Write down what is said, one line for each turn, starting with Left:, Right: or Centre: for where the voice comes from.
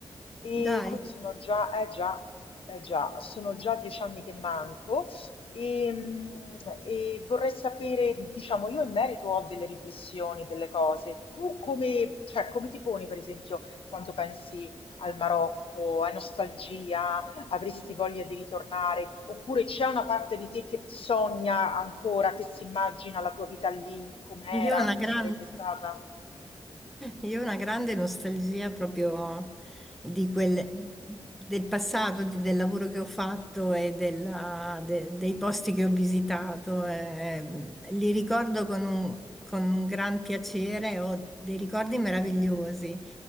Left: e
Centre: Dai,
Left: quindi sono già, eh già, eh già, sono già dieci anni che manco e, mm, e vorrei sapere, diciamo, io in merito ho delle riflessioni, delle cose. Tu come, cioè, come ti poni, per esempio, quando pensi al Marocco? Hai nostalgia? Avresti voglia di ritornare? Oppure c'è una parte di te che sogna ancora, che si immagina la tua vita lì, com'era,
Centre: io una
Left: come
Centre: grande.
Left: sarebbe stata?
Centre: Io ho una grande nostalgia proprio di quel, del passato, di- del lavoro che ho fatto e della- de- dei posti che ho visitato. eh, li ricordo con un, con un gran piacere, ho dei ricordi meravigliosi.